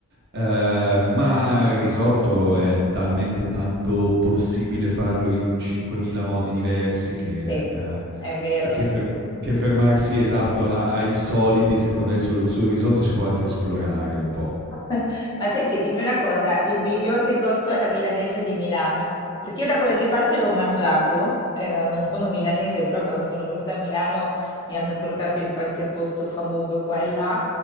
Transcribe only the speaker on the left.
Sì,
è vero.
<laughs> Ma senti, dimmi una cosa, il miglior risotto alla milanese di Milano, perché io da qualche parte l'ho mangiato, eh, non sono milanese, però quando sono venuta a Milano mi hanno portato in qualche posto famoso qua e là.